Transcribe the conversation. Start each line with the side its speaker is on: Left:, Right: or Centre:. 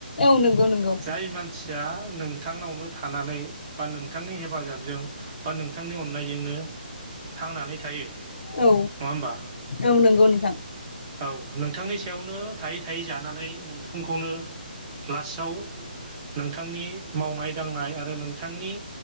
Left: औ नंगौ नंगौ
Right: जाय मानसि या नोंथांनावनो थानानै बा नोंथांनि हेफाजाबजों बा नोंथांनि अननायजोंनो थांनानै थायो
Left: औ
Right: नङा होमबा?
Left: औ नंगौ नोंथां।
Right: औ नोंथांनि सायावनो थायै थायै जानानै नोंथांखौनो लास्टाव नोंथांनि मावनाय दांनाय आरो नोंथांनि